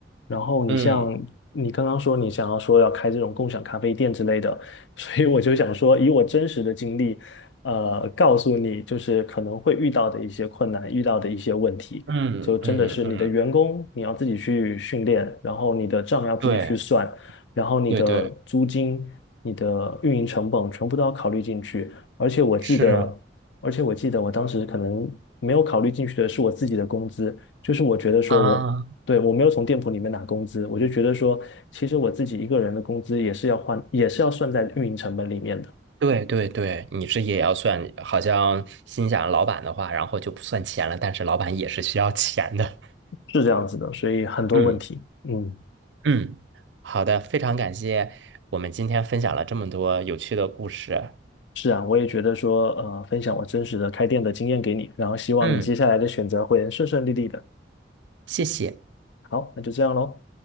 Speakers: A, on the left; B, on the right.
A: 然后你像你刚刚说你想要说要开这种共享咖啡店之类的，
B: 嗯
A: <laughs> 所以我就想说以我真实的经历，呃，告诉你就是可能会遇到的一些困难，遇到的一些问题，
B: 嗯嗯嗯，
A: 就真的是你的员工你要自己去训练，然后你的账要自己去算，
B: 对
A: 然后你的租金、
B: 对对，
A: 你的运营成本全部都要考虑进去。而且我记得而且我记得我当时可能没有考虑进去的是我自己的工资，
B: 是
A: 就是我觉得说我，
B: 啊，
A: 对，我没有从店铺里面拿工资，我就觉得说，其实我自己一个人的工资也是要换，也是要算在运营成本里面的，
B: 对对对，你是也要算，好像心想老板的话，然后就不算钱了，但是老板也是需要钱的。
A: 是这样子的，所以很多问题，
B: 嗯
A: 嗯，
B: 嗯，好的，非常感谢我们今天分享了这么多有趣的故事。
A: 是啊，我也觉得说，呃，分享我真实的开店的经验给你，然后希望你接下来的选择会顺顺利利的。
B: 嗯，谢谢。
A: 好，那就这样喽。